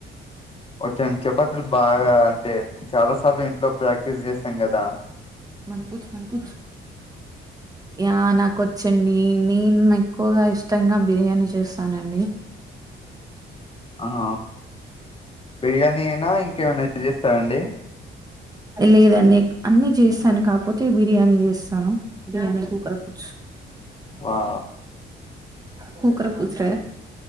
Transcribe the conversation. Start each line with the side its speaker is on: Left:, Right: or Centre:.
Left: వచ్చేండి చపాతీలు బాగా అంటే చాలా సార్లు ఇంట్లో ప్రాక్టీస్ చేసి సంగదా
Right: మన్పుూజ మన్పుూ ఆ నాకు వ చెన్న న నీకు ఎక్కువగా ఇష్టంగా బిర్యానీ చేస్తానండి
Left: ఆహ బిర్యానీ అయినా ఇంకేమైనా చేస్తారండి
Right: లేదండి అన్ని చేస్తాను కాకపోతే బిర్యానీ చేస్తాను బిర్యానీ కుకర పచు
Left: వా
Right: కుకర పూస రే